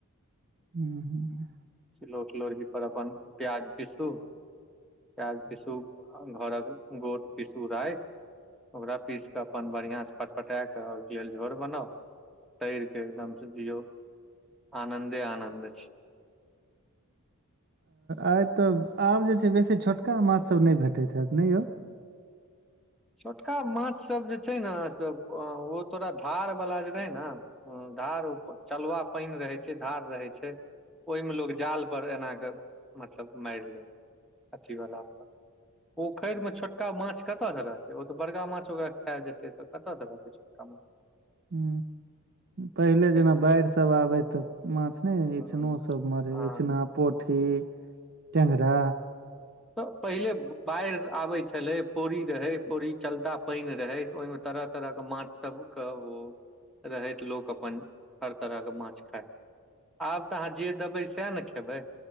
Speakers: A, on the right; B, in the centre.
A: हू हूँ
B: सिलौठ लोढ़ी पर अपन प्याज पीसू प्याज पीसु घरक गोट पिसु आय ओकरा पीस क अपन बढ़ियां से पटपटा क ओहिके लेल झोर बनाउ तैर के एकदमसँ दियौ आनन्दे आनन्द अछि
A: आइ तऽ आब जे छै बेसी छोटका माछसभ नय भेटैत हैत नय यौ
B: छोटका माछसब जे छै ने से ओ तोरा धार बला जे रहै ने ह धार चलवा पइन रहै छै धार रहै छै ओइमे लोक जाल परर एना कऽ मतलब मारि ले अथीवला पर पखैर मे छोटका माछ कतऽ स रहत ओ तऽ बड़का माछ ओ खैय जेतै तऽ कतयसँ रहतै छोटका माछ
A: हू पहिले जेना
B: ताहि दुआरे
A: बाढ़ि सब आबे तऽ माछ ने इचनोसभ
B: हम्म,
A: मरे
B: हँ
A: इचना पोठी टेंगरा
B: तऽ पहिले बाइढ़ आबै छलै फोरी रहै फोरी चलता पईन रहे तऽ ओहिमे तरह तरह के माछ सब क हू रहैत लोक अपन हर तरह के माछ खाय आब तऽ अहाँ जे देबै सएह ने खेबै